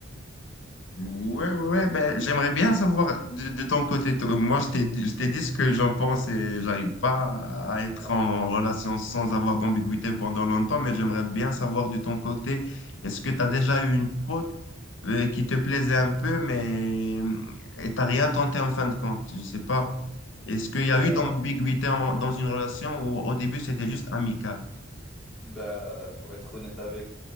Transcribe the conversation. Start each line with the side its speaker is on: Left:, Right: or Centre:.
Left: Ouais, ouais, ouais, ben, j'aimerais bien savoir de, de ton côté. toi. Moi, je t'ai, je t'ai dit ce que j'en pense et j'arrive pas à être
Centre: Ouais.
Left: en relation sans avoir d'ambiguïté pendant longtemps, mais j'aimerais bien savoir de ton côté, est-ce que tu as déjà eu une pote euh, qui te plaisait un peu, mais et t'as rien tenté en fin de compte? Je sais pas. Est-ce qu'il
Centre: Ben,
Left: y a eu d'ambiguïté en- dans une relation où au début c'était juste amical?
Centre: Bah, pour être honnête avec